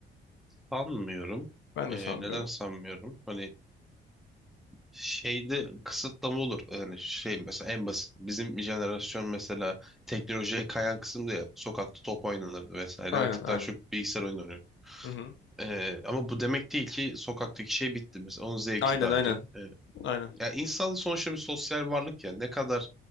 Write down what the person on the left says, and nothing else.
Ben
de sanmıyorum.
Aynen
aynen.
Hı hı.
Aynen
aynen.
Aynen.